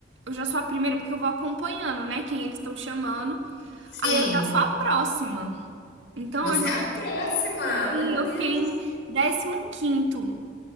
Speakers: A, on the right; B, on the left.
A: eu já sou a primeira porque eu vou acompanhando, né, quem eles estão chamando.
B: Sim,
A: Aí eu já sou a próxima. Então
B: você
A: eu já
B: é a próxima. Meu
A: eu
B: Deus.
A: fiquei em décimo quinto